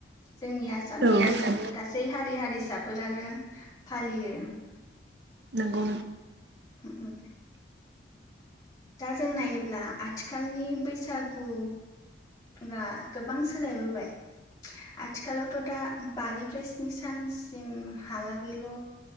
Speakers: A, on the left; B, on the right.
A: जोंनि आसामनि
B: औ औ
A: गासै हारि हारिसाफोरानो फालियो।
B: नंगौ नों
A: उम उम दा जों नायोब्ला आथिखालनि बैसागु बा गोबां सोलायबोबाय। आथिखालावथ' दा बानिफ्राय स्नि सानसिम हालागैल'